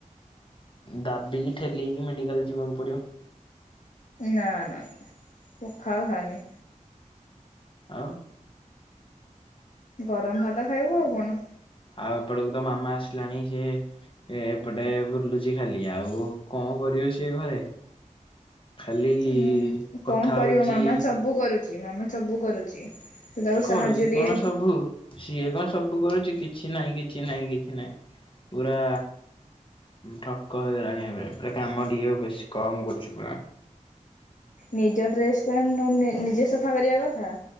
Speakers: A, on the left (about 40°); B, on the left (about 65°).
A: ଦାବିକି ଠେଲି ହେଇକି, ମେଡ଼ିକାଲ୍ ଯିବାକୁ ପଡ଼ିବ।
B: ନା, ନା, ନା ପଖାଳ ଖାନି।
A: ଆଉ
B: ଗରମ ଭାତ ଖାଇବୁ ଆଉ କଣ
A: ଆଉ ଏପଟକୁ ତ ମାମା ଆସିଲାଣି, ସେ ଏ ଏପଟେ ବୁଲୁଚି ଖାଲି, ଆଉ କଣ କରିବ ସିଏ ଘରେ? ଖାଲି
B: ଉଁ
A: କଥା
B: କଣ କରିବ,
A: ହଉଛି
B: ମାମା ଚବୁ କରୁଛି, ମାମା ଚବୁ କରୁଛି। ତୁ ତାକୁ
A: କରୁଛି
B: ସାହାଯ୍ୟ ଟିକେ
A: କଣ ସବୁ ସିଏ କଣ ସବୁ କରୁଛି କିଛି ନାଇଁ କିଛି ନାଇଁ କିଛି ନାଇଁ। ପୁରା ଠକ ହେଇଗଲାଣି ଏବେ ପୁରା କାମ ଟିକେ ବେଶୀ କମ୍ କରୁଛୁ ପୁରା।
B: ନିଜ ଡ୍ରେସ ପ୍ୟାଣ୍ଟ ନ ନିଜେ ସଫା କରିବା କଥା।